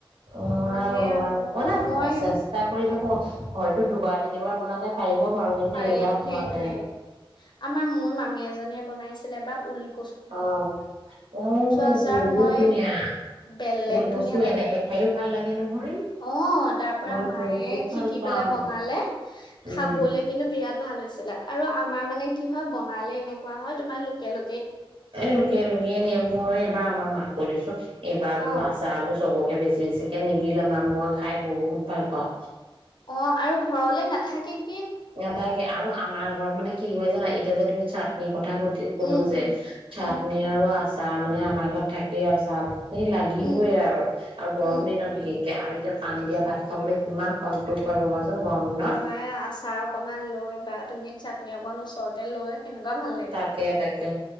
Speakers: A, on the right (about 75°); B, on the left (about 55°).
A: নোৱাৰো
B: মানে
A: নোৱাৰো মানে
B: মই
A: চেষ্টা কৰি থাকো হয়তো দুবাৰ তিনিবাৰ বনালে পাৰিব পাৰো কিন্তু
B: পাৰি
A: এইবাৰ হোৱা
B: সেইটোৱে
A: নাই
B: আমাৰ মোৰ মামী এজনীয়ে বনাইছিলে বা উৰি
A: অ আহ
B: আচাৰ
A: বহুত
B: মই
A: ধুনীয়া
B: বেলেগ
A: উলকচু
B: ধুনীয়া লাগে
A: এনেকে খাইও ভাল লাগে নহয়।
B: অ তাৰ পৰা
A: মই
B: মায়ে
A: বহুত ভাল
B: শিকি
A: পাওঁ
B: পেলাই বনালে
A: উম,
B: খাবলৈ কিন্তু বিৰাট ভাল হৈছিলে আৰু আমাৰ মানে কি হয় বঙালী এনেকুৱা হয় তোমাৰ লোকেল
A: এ লোকে লোকে নেমুৱে এইবাৰ আমাৰ মাত কৈ দিছো এইবাৰ বোলো
B: অ
A: আছা বোলো চবক বেছি বেছিকে নিবিলাবা মই খাই বহুত ভাল পাওঁ।
B: অ আৰু ঘৰলে নাথাকেই
A: এটাইকে তাকে আৰু আমাৰ ঘৰত মানে কি হয় জানা এতিয়া যে তুমি চাটনি কথা সুধি কলো
B: উম
A: যে
B: উম
A: চাটনি
B: উম
A: আৰু আছে। চাহ মানে আমাৰ ঘৰত থাকেই আৰু চাল এ লাগিবই
B: উম
A: আৰু আৰু গৰম
B: উম
A: দিনত বিশেষকে। এতিয়া পানী দিয়া ভাত খাবলৈ কিমান সন্তোষ হয় ভাবা তো গৰম ন।
B: অ আই আচাৰ অকমান লৈ বা তুমি চাটনি অকন ওচৰতে লৈ কেনেকুৱা ভাল লাগে
A: তাকে তাকে